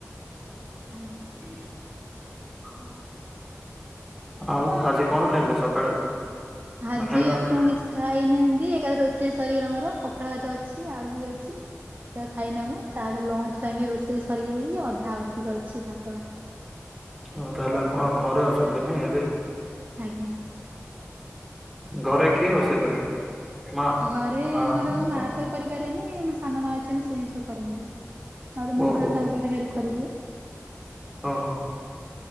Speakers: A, on the right; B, in the centre.
A: ଆଜ୍ଞା।
B: <inaudible> ଆଉ ଆଜି କଣ ଖାଇଲେ ସକାଳେ?
A: ଆଜି
B: ନା ଖାଇନାହାନ୍ତି?
A: ଆଉ କଣ କିଛି ଖାଇନାହାନ୍ତି, ଏକାଥରେ ରୋଷେଇ ସରିଗଲା ମୋର ପ ପଖାଳ ଭାତ ଅଛି, ଆଳୁ ବି ଅଛି। ସେ ଖାଇ ନବ, ତାପରେ ଲଞ୍ଚ୍ ପାଇଁ ବି ରୋଷେଇ ସରିଯାଇଛି ଅଧା ଆହୁରିି ଟିକେ ଅଛି ଭାତ।
B: ଓଃ ତାହେଲେ ଆପଣ ଘରେ ଅଛନ୍ତି ନାଇଁ ଏବେ?
A: ଆଜ୍ଞା।
B: ଘରେ କିଏ ରୋଷେଇ କରେ? ମା
A: ଘରେ
B: ନା
A: ଆମର
B: ଆପଣ
A: ମା ତ କରିପାରେନି ମୋ ସାନମା ଅଛନ୍ତି ସେ ହିଁ ସବୁ କରନ୍ତି। ଆଉରି ମୁଁ
B: ଓହୋ
A: ବେଳେବେ ତାଙ୍କ ପାଇଁ ହେଲ୍ପ କରଦିଏ।
B: ଓହୋ,